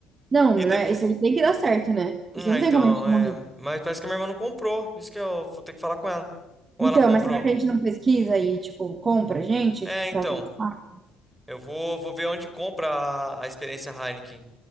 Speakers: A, on the right; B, in the centre.
A: não,
B: e
A: não
B: depois.
A: é- isso aí tem que dar certo, né?
B: Ah,
A: Isso não tem
B: então,
A: como a gente
B: é.
A: morrer.
B: Mas parece que a minha irmã não comprou. Isso que eu vou ter que falar com ela. Ou
A: Então,
B: ela comprou?
A: mas será que a gente não pesquisa e, tipo, compra, gente,
B: É,
A: tipo,
B: então.
A: pra testar?
B: Eu vou, vou ver onde compra a, a experiência Heineken.